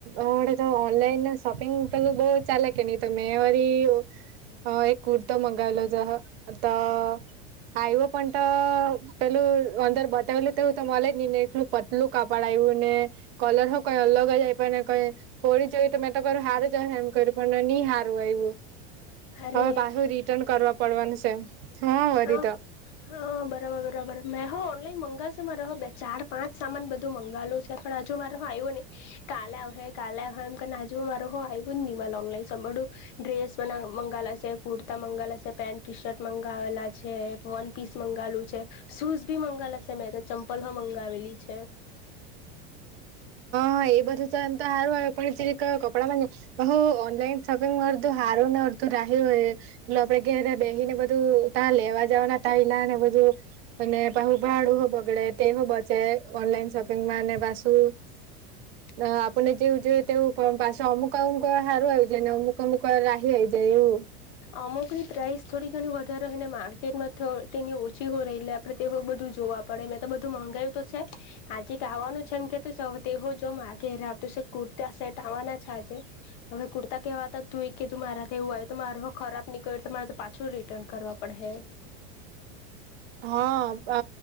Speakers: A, on the right; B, on the left.
A: હવારે તો ઓનલાઈનના શોપિંગ પેલું બઉ ચાલે કે ની તો મેં વળી એક કુર્તો મંગાવેલો તો આયવો પણ તો પેલું અંદર બતાવેલું તેવું તો મલે જ ની ને એટલું પતલું કાપડ આયવુ ને કલર હો કંઈ અલગ જ આયપો ને કઈ ફો પેહરી જોયું તો મેં તો કરું હારુ જ અહે એમ કયરુ પણ ની હારુ આયવુ.
B: અરે
A: હવે પાસુ રિટર્ન કરવા પડવાનું છે. હા વરી
B: હ હ
A: તો
B: બરાબર બરાબર મેં હો ઓલાઈન મંગાવશે શે મારે હો બે ચાર પાંચ સામાન બધું મંગાવેલુ છે પણ હજુ મારામાં આયવુ ની કાલે આવહે કાલે આવહે એમ કરને અજુ મારું હો આયવુ જ ની મલે ઓનલાઈ બધું ડ્રેસ મંગાવેલા છે તા મંગાલા છે પેન્ટ ટી શર્ટ મંગાવેલા છે વન પીસ મંગાલું છે શૂઝ ભી મંગાવેલાશે મેં તો ચંપલ હો મંગાવેલી. છે.
A: હા એ બધું તો એમ તો હારું આવે પણ જીરીક કપડામાં હુ ઓનલાઈન શોપિંગ મારું તો હારું ન રાહી હોય એ આપડે ઘેરે બેહીને બધું તાં લેવા જાવાના ટાઈલા ને બધું અને પાહુ ભાડું હો બગડે તે હો બચે ઓનલાઈન શોપિંગમાં અને પાસુ
B: <inaudible>
A: અ આપુણને જેવું જોએ તેવુ પાસે અમુક અમુક હારું આવી જાયને અમુક અમુક રાહી રઈ જાય. એવું
B: <inaudible> અમુકની પ્રાઇસ થોડી ઘણી વધારે હોય ને માર્કેટમાં તો તેની ઓછી હોય રેય એટલે આપડે તે હો બધું જોવા પડે મેં તો બધું મંગાયું તો છે આ જીક આવાનું કે તું છે એમ કે તું છે અવે તેહો જોમ આ કયારે આ કુર્તા સેટ આવાના છે આજે હવે કુર્તા કેહવા આવતા તુંએ કીધું મારા તો એવું આવે તો મારા હો ખરાબ નીકળયુ તો મારે તો પાછું રિટર્ન કરવા પડ હે.
A: હ આ